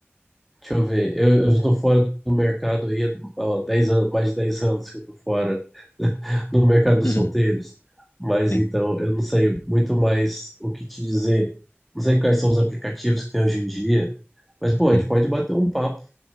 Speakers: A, in the centre; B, on the left (about 55°).
A: deixa eu ver, eu, eu já tô fora do mercado aí há ó, 10 anos, mais de 10 anos que eu tô fora no mercado dos
B: Uhum.
A: solteiros, mas
B: Sim,
A: então eu não sei muito mais o que te dizer. Não sei quais são os aplicativos que tem hoje em dia, mas pô, a
B: sim.
A: gente pode bater um papo